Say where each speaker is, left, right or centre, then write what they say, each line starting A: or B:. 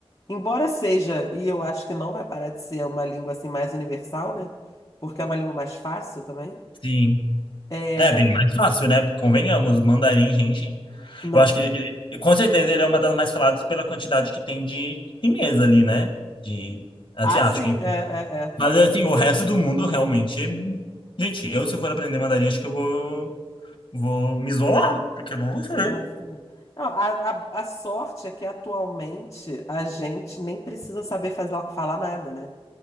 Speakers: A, on the left (about 35°); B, on the left (about 50°).
A: embora seja, e eu acho que não vai parar de ser uma língua assim mais universal, né? Porque é uma língua mais fácil também.
B: sim.
A: É,
B: É bem mais fácil, né? Convenhamos, mandarim, gente.
A: não.
B: Eu acho que ele, ele- com certeza ele é uma das mais faladas pela quantidade que tem de chinês ali, né? De asiático,
A: Ah, sim,
B: enfim.
A: é, é, é.
B: Mas assim, o resto do mundo realmente. Gente, eu se for aprender mandarim, acho que eu vou, vou me isolar, porque eu não vou saber.
A: Ah, isso também. Não, a, a, a sorte é que atualmente a gente nem precisa saber faz- falar nada, né?